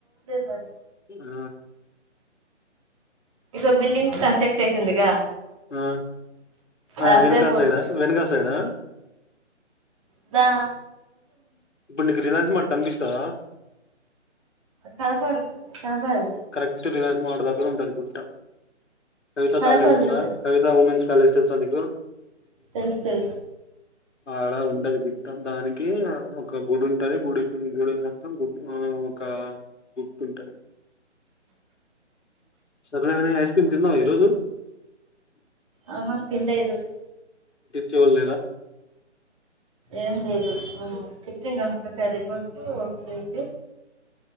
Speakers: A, on the right; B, on the left.
A: వినదు
B: ఆ
A: ఇక బిల్డింగ్ కన్స్ట్రక్ట్ అయితుందిగా
B: ఆ
A: అది
B: ఆ
A: అసలే
B: వెనకాల
A: పోవట్లేదు
B: సైడ్ వెనకల్ సైడ్
A: అదా
B: గుండకి రిలాన్స్ మార్ట్ కనిపిస్తా
A: చాపాడుకు చపాదు
B: కరెక్ట్ ఉంటది గుట్ట కవిత
A: కనపడదు
B: కాలేజీ
A: ఇటు
B: కవిత ఉమెన్స్ తెలుసా మీకు
A: తెలుసు తెలుసు
B: అడ ఉండది గుట్టదానికి ఒక గుడి ఉంటుది గుడి గుడి మొత్తం గు ఒక గుతు ఉంటుది సరే కానీ ఐస్ క్రీమ్ తినవా ఈరోజు
A: ఆహా తినాలా ఈరోజు
B: చూడ
A: ఏం లేదు చెప్పిన కర్రీ పప్పు ఒక బేగ